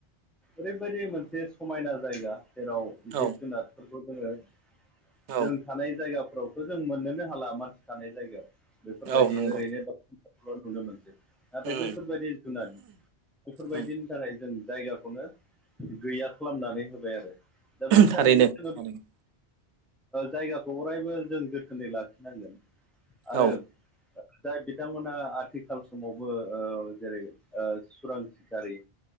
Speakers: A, in the centre; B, on the right.
A: ओरैबायदि मोनसे समायना जायगा जेराव
B: औ
A: जिब जुनारफोरखौ जोङो
B: औ
A: जों थानाय जायगाफोरावथ' जों मोननोनो हाला मानसि थानाय जायगायाव बेफोरबायदि
B: औ नंगौ
A: ओरैनो <unintelligible> नुनो मोनसै नाथाय
B: उम
A: बैफोरबायदि जुनाद बेफोरबायदिनि
B: उम
A: थाखाय जों जायगाखौनो गैया खालामनानै होबाय आरो दा बेनि
B: थारैनो
A: थाखायनो जोङो
B: थारैनो
A: जायगाखौ अरायबो जों जोथोनै लाखिनांगोन आरो
B: औ
A: जाय बिथांमोना आथिखाल समावबो ओ जेरै- ओ सुरां सिखारि